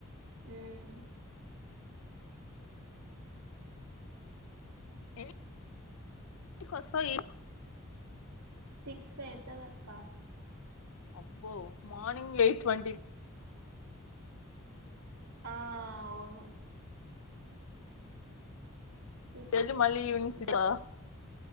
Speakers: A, on the right (about 85°); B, on the left (about 70°).
A: ఉమ్
B: ఎన్నిన్ కోస్తవ్ ఇవినిన్
A: సిక్స్ అయితదక్క
B: అబ్బో మార్నింగ్ ఎయిట్ ట్వంటీక్
A: ఆ అవును సిక్స్
B: వెళ్లి మళ్ళీ ఈవినింగ్ సిక్సా
A: బ